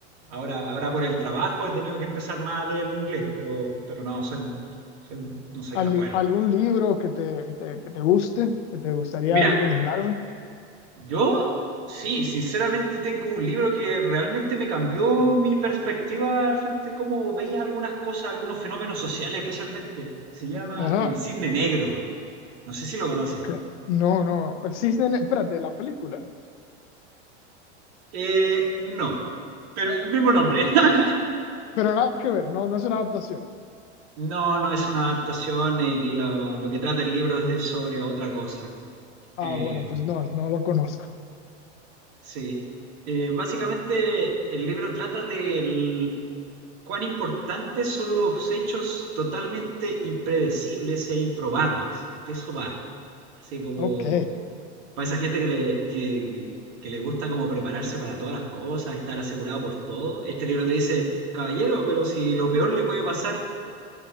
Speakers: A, on the right; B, on the left.
A: Ahora, ahora por el trabajo he tenido que empezar más a leer el inglés, pero, pero no, soy, soy- no soy
B: Al-
A: tan bueno.
B: ¿algún libro que te, que te, que te guste, que te gustaría
A: Mira,
B: recomendarme?
A: yo sí, sinceramente tengo un libro que realmente me cambió mi perspectiva frente a cómo veía algunas cosas, algunos fenómenos sociales especialmente. Se llama
B: Ajá,
A: El Cisne Negro. No sé si lo conoces.
B: ok. No, no, El Cisne, Ne- espérate, la película,
A: Eh, no, pero el mismo nombre. <laughs>
B: pero nada que ver, no, no es una adaptación.
A: No, no es una adaptación. el, lo, lo que trata el libro es de- sobre otra cosa.
B: Ah,
A: Eh,
B: bueno, pues no, no lo conozco.
A: sí. Eh, básicamente, el libro trata de cuán importantes son los hechos totalmente impredecibles e improbables. De eso va. Así como
B: Ok.
A: para esa gente que le, que, que le gusta como prepararse para todas las cosas, estar asegurado por todo. Este libro te dice, caballero, pero si lo peor le puede pasar